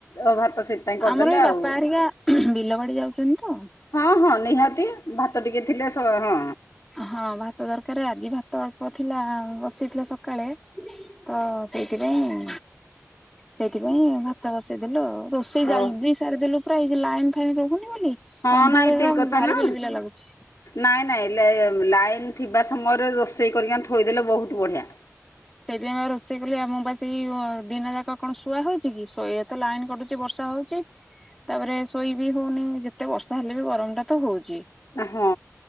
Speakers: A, on the left (about 75°); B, in the centre.
A: ଓ ଭାତ ସେଇଥିପାଇଁ କରିଦେଲେ
B: ଆମର ଏଇ ବାପା
A: ଆଉ।
B: ଏରିକା ବିଲ ବାଡି ଯାଉଚନ୍ତି ତ
A: ହଁ, ହଁ ନିହାତି ଭାତ ଟିକେ ଥିଲେ ସ- ହଁ
B: ହଁ ଭାତ ଦରକାର, ଆଜି ଭାତ ଅଳ୍ପ ଥିଲା ବସିଥିଲା ସକାଳେ ତ ସେଇଥିପାଇଁ ସେଇଥିପାଇଁ ଭାତ ବସେଇଦେଲୁ ଆଉ, ରୋଷେଇ
A: ଓ
B: ଜାଲଦି ସାରିଦେଲୁ ପ୍ରାୟେ ଏଇ ଯେ ଲାଇନ୍ ଫାଇନ୍ ରହୁନି ବୋଲି।
A: ହଁ
B: ଅନ୍ଧାରରେ
A: ନାଇଁ ଠିକ କଥା
B: ଭାରି
A: ନା
B: ବିଲି ବିଲା ଲାଗୁଛି।
A: ନାଇଁ ନାଇଁ ଲେ-ଲାଇନ୍ ଥିବା ସମୟରେ ରୋଷେଇ କରିକି ଆଣି ଥୋଇଦେଲେ ବହୁତ ବଢ଼ିଆ।
B: ସେଇଥିପାଇଁ ବା ରୋଷେଇ କଲି ଆ, ମୁଁ ବା ସେଇ ଅ, ଦିନ ଯାକ କଣ ଶୁଆ ହଉଚେ କି ଶୋଇ ଏତ ଲାଇନ୍ କଟୁ ଚି, ବର୍ଷା ହଉଚି ତାପରେ ଶୋଇ ବିି ହଉନି, ଯେତେ ବର୍ଷା ହେଲେ ବି ଗରମ ଟା ତ ହଉଚି।
A: ଆ, ହଁ।